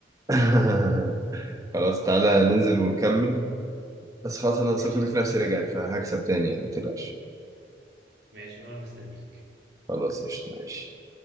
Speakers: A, on the right; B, on the right.
A: <laughs> خلاص تعالى ننزل ونكمل بس خلاص انا
B: ماشي
A: ثقتي
B: يا سيدي
A: في نفسي رجعت فهكسب تاني يعني ما تقلقش
B: ماشي انا مستنيك
A: خلاص قشطة ماشي